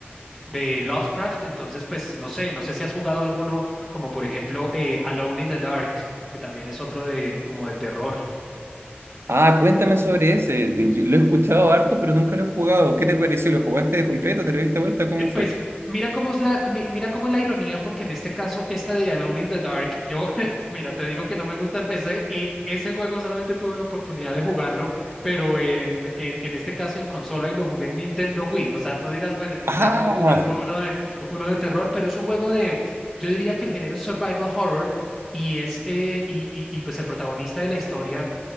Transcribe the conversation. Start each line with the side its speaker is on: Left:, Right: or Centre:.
Centre: de Lovecraft. Entonces, pues no sé, no sé si has jugado alguno, como por ejemplo eh, Alone in the Dark, que también es otro de como de terror.
Right: Ah, cuéntame sobre ese. Yo Lo he escuchado harto, pero nunca lo he jugado. ¿Qué te pareció? ¿Lo jugaste de completo? ¿Te lo diste vuelta? ¿Cómo
Centre: Eh,
Right: fue?
Centre: Pues mira cómo es la, mi- mira cómo es la ironía, porque en este caso, esta de Alone in the Dark, yo, <laughs> mira, te digo que no me gusta PC y ese juego solamente tuve la oportunidad de jugarlo, pero en, en, en este caso en consola y lo jugué en Nintendo Wii. O sea, tú dirás, bueno, en Nintendo
Right: ¡Ah!
Centre: jugando uno de, uno de terror, pero es un juego de, yo diría que el género es survival horror y es, eh, y, y, y pues el protagonista de la historia